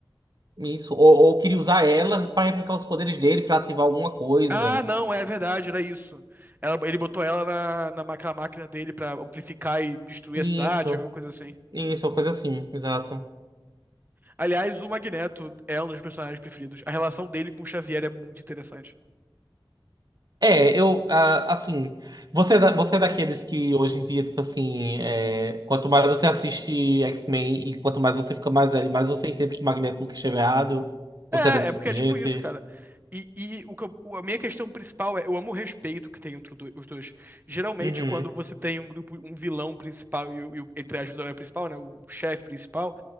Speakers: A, on the right; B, on the right.
A: Isso. Ou, ou queria usar ela pra replicar os poderes dele, pra ativar alguma coisa.
B: Ah, não, é verdade, era isso. Ela- ele botou ela na, na máquina, máquina dele pra amplificar e destruir
A: Isso.
B: a cidade, alguma coisa assim.
A: Isso, uma coisa assim, exato.
B: Aliás, o Magneto é um dos personagens preferidos. A relação dele com o Xavier é muito interessante.
A: É, eu, ah, assim, você, é da- você é daqueles que hoje em dia, tipo assim, é, quanto mais você assiste X-Men e quanto mais você fica mais velho, mais você entende que o Magneto nunca esteve errado.
B: É,
A: Você é desse
B: é
A: tipo
B: porque
A: de
B: é
A: gente?
B: tipo isso, cara. E, e o que eu- o- a minha questão principal é, eu amo o respeito que tem entre o do- os dois. Geralmente,
A: Uhum,
B: quando você tem um grupo, um vilão principal e, o- e o- entre aspas, o herói principal, né, o chefe principal,